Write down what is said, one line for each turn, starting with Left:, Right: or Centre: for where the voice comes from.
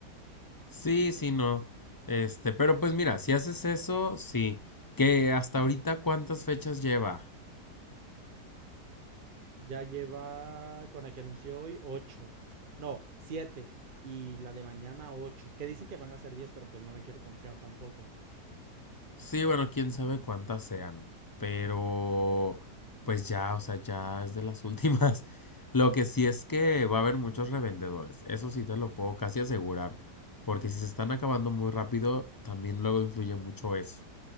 Left: Sí, sí, no. Este, pero pues mira, si haces eso, sí. Que hasta ahorita cuántas fechas lleva.
Right: Ya lleva con la que anunció hoy ocho, no, siete, y la de mañana ocho, que dicen que van a ser diez, pero pues no me quiero confiar tampoco.
Left: Sí, bueno, quién sabe cuántas sean. Pero, pues ya, o sea, ya es de las últimas. <laughs> Lo que sí es que va a haber muchos revendedores. Eso sí te lo puedo casi asegurar. Porque si se están acabando muy rápido, también luego influye mucho eso.